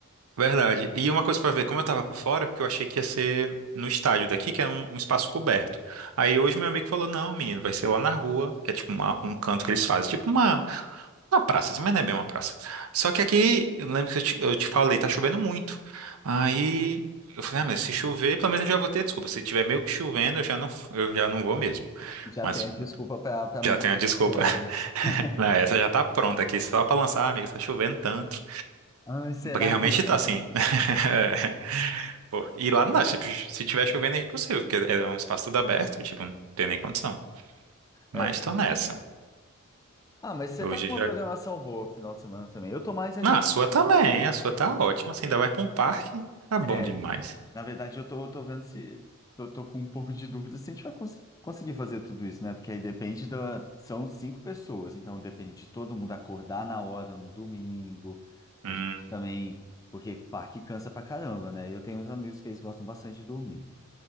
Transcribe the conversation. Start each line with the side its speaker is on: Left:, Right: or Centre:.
Right: Verdade. E uma coisa pra ver, como eu tava por fora, é porque eu achei que ia ser no estádio daqui, que é um, um espaço coberto. Aí hoje meu amigo falou, não, menino, vai ser lá na rua, que é tipo uma- um canto que eles fazem, tipo uma, uma praça, assim, mas não é bem uma praça. Só que aqui, eu lembro que eu te, eu te falei, tá chovendo muito. Aí eu falei, ah, mas se chover, pelo menos eu já vou ter desculpa. Se tiver meio que chovendo, eu já não, eu já não vou mesmo.
Left: Já
Right: Mas
Left: tem a desculpa para para meus
Right: já tenho a desculpa.
Left: planos.
Right: <laughs>
Left: <laughs>
Right: Não, essa já tá pronta aqui, só pra lançar, amigo, tá chovendo tanto.
Left: Ah, será
Right: Porque realmente
Left: que vai?
Right: tá assim. <laughs> Pô, E lá não dá, tipo, se tiver chovendo é impossível, porque é um espaço todo aberto, tipo, não tem nem condição.
Left: É,
Right: Mas tô nessa.
Left: Ah, mas você
Right: Hoje
Left: tá com
Right: já.
Left: uma programação boa pro final de semana também. Eu tô mais animado.
Right: Não, a sua também,
Left: do-
Right: a sua tá ótima. Você ainda vai pra um parque, tá bom
Left: É,
Right: demais.
Left: na verdade, eu tô, eu tô vendo se. Eu tô com um pouco de dúvida se a gente vai cons- conseguir fazer tudo isso, né? Porque aí depende da. São cinco pessoas, então depende de todo mundo acordar na hora no domingo.
Right: Hum.
Left: A gente também. Porque parque cansa pra caramba, né? Eu tenho uns amigos que eles gostam bastante de dormir.